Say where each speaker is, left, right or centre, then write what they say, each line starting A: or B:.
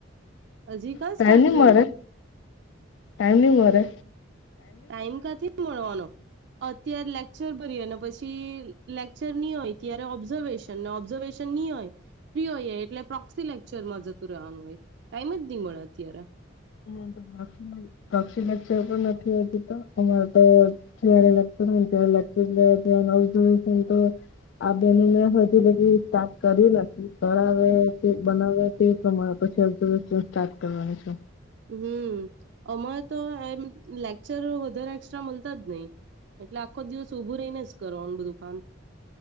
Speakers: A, on the right; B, on the left.
A: અજી કા
B: ટાઈમ
A: સ્ટાર્ટ
B: નહી
A: કર્યું?
B: મળે ટાઈમ ની મરે?
A: ટાઈમ કા થી મલવાનો. અત્યાર લેક્ચર ભરીએ ને પછી લેક્ચર ની હોય ત્યારે ઓબ્ઝર્વેશન <unintelligible> ને ઓબ્ઝર્વેશન ની હોય ફ્રી હોઈએ એટલે પ્રોક્સી લેક્ચરમાં જતું રેવાનું હોય ટાઈમ જ ની મળે અત્યારે.
B: <unintelligible> પ્રોક્ષી લેક્ચર તો નથી હોતુ તો અમાર તો કયારે લેક્ચર હોય ત્યાર લેક્ચર લેવા તો એન આવું જોઈ <unintelligible> તો આ બને મે હજુ લગી સ્ટાર્ટ કર્યું નથી. તળાવે તે બનાવે તે પ્રમાણે પછી <unintelligible> સ્ટાર્ટ કરવાનું છે.
A: હમ, અમારે તો એમ લેક્ચર વધાર એક્સ્ટ્રા મલતા જ નહિ. એટલે આખો દિવસ ઉભું રહીને જ કરવાનું બધું કામ.